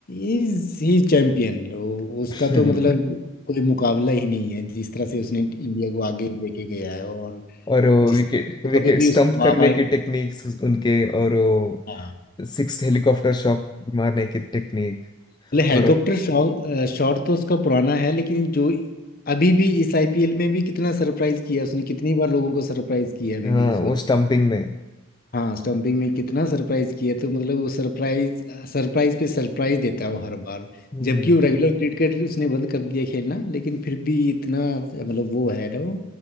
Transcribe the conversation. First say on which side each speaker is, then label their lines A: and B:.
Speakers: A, on the left (about 45°); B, on the left (about 20°).
A: इज ही चैम्पियन उसका
B: <laughs> हम्म,
A: तो मतलब कोई मुकाबला ही नहीं है जिस तरह से उसने इंडिया को आगे लेके गया है और
B: और वो
A: जिस
B: विकेट विकेट
A: कभी भी
B: स्टंप
A: उसकी वाहवाही
B: करने की टेक्निक्स उनके और वो
A: हाँ
B: सिक्स हेलीकॉप्टर शॉट मारने की टेक्निक
A: मतलब हेलीकॉप्टर
B: और वो-
A: शॉट शॉट तो उसका पुराना है लेकिन जो अभी भी इस आईपीएल में भी कितना सरप्राइज किया उसने कितनी बार लोगों को सरप्राइज किया अभी
B: हाँ
A: भी सोचो
B: वो स्टंपिंग में
A: हाँ स्टंपिंग में कितना सरप्राइज किया तो मतलब वो सरप्राइज सरप्राइज पे सरप्राइज देता है वो हर बार
B: हम्म
A: जबकि वो रेगुलर क्रिकेट उसने बंद कर दिया खेलना लेकिन फिर भी इतना मतलब वो है ना वो